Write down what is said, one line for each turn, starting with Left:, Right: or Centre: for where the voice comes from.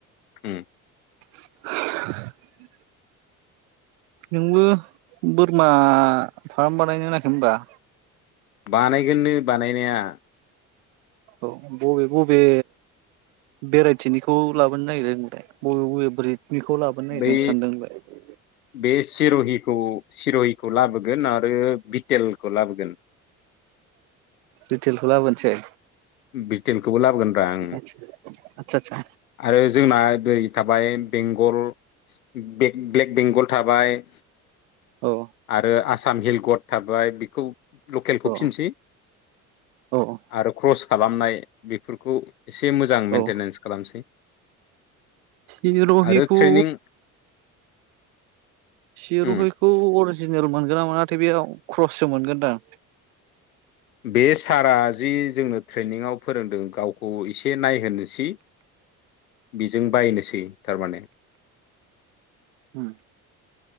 Left: उम
Right: <inaudible> नोंबो बोरमा फार्म बानायनो होनाखै होनबा।
Left: बानायगोननो बानायनाया
Right: औ बबे बबे भेराइटिनिखौ लाबोनो नागिरदों नोंलाय बबे बबे ब्रेडनिखौ लाबोनो नागिरदों
Left: बै
Right: सानदों होनलाय
Left: बे सिरहिखौ सिरहिखौ लाबोगोन आरो बिटेलखौ लाबोगोन।
Right: रिटेलखौ लाबोनोसै
Left: बिटेलखौबो लाबोगोन रा ओं
Right: आतसा आतसा
Left: आरो जोंना बरै थाबाय बेंगल बे ब्लेक बेंगल थाबाय।
Right: औ
Left: आरो आसाम हिल गड थाबाय बेखौ लकेलखौ
Right: औ
Left: फिनसै
Right: औ
Left: आरो क्रस खालामनाय बेफोरखौ एसे मोजां मेेनटेनेन्स
Right: औ
Left: खालामसै
Right: इ रहिखौ
Left: आरो ट्रेनिं
Right: सिर'हैखौ
Left: उम
Right: अरिजिनेल मोनगोन ना मोन नाथाय बेयाव क्रससो मोनगोनदां
Left: बे सारा जि जोंनो ट्रेनिंआव फोरोंदों गावखौ एसे नायहोनोसै। बिजों बायनोसै थारमाने।
Right: उम